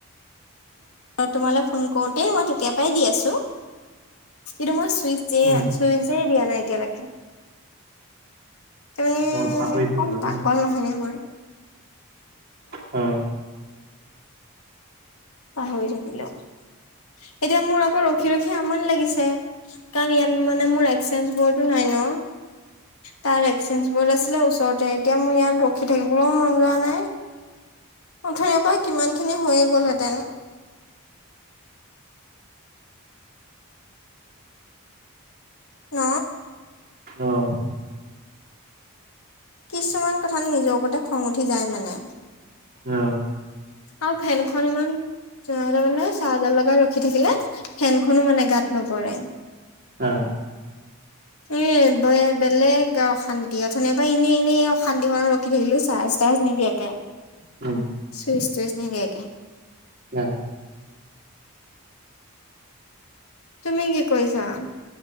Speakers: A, on the left; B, on the right.
A: তোমালৈ ফোন কৰোতেই মই তেতিয়াৰ পৰাই দি আছো। কিন্তু মই চুইচেই
B: উম
A: চুইচেই দিয়া নাই এতিয়ালৈকে। একেবাৰেই
B: অ পাহৰি থাকিলা
A: কম পাগল
B: নেকি
A: নহয় নে মই?
B: অ'
A: পাহৰি থাকিলো। এতিয়া মোৰ আকৌ ৰখি ৰখি আমনি লাগিছে, কাৰণ ইয়াত মানে মোৰ এক্সচেঞ্জ বোৰ্ডও নাই ন? তাৰ এক্সেঞ্জ বৰ্ড আছিলে ওচৰতে, এতিয়া মোৰ ইয়াত ৰখি থাকিবলৈও মন যোৱা নাই। অঠনিৰে পৰা কিমানখিনি হৈয়ে গ'লহেঁতেন। ন?
B: অ'
A: কিছুমান কথাত নিজৰ ওপৰতে খং উঠি যায় মানে।
B: অ'
A: আৰু ফেনখন ইমান মানে চাৰজত লগাই ৰখি থাকিলে ফেনখনো মানে গাত নপৰে
B: হা
A: এ বে বেলেগ আৰু অশান্তি অথনিৰে পৰা এনেই এনেই অশান্তিখনত ৰখি থাকিলো চাই। চাৰ্জ নিদিয়াকে।
B: <inaudible>
A: চুইছ টুইছ নিদিয়াকে।
B: না
A: তুমি কি কৰিছা?